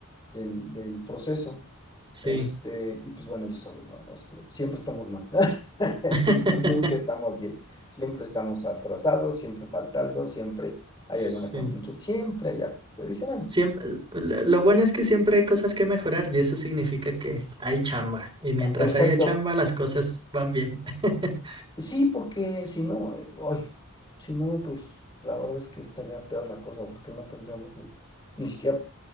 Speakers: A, on the left (about 20°); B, on the right (about 20°).
A: del, del proceso.
B: sí.
A: Este, y pues bueno, ya sabes, ¿no? Este, siempre estamos mal. <laughs>
B: <laughs>
A: Nu- Nunca estamos bien. Siempre estamos atrasados, siempre falta algo, siempre hay
B: Sí.
A: alguna contingencia, siempre hay algo. Pues dije, bueno,
B: Siempre, lo lo bueno es que siempre hay cosas que mejorar y eso significa que hay chamba. Y mientras
A: exacto.
B: haya chamba, las cosas van bien. <laughs>
A: Sí, porque si no, eh, ay, si no, pues la verdad es que estaría peor la cosa, porque no tendríamos ni, ni siquiera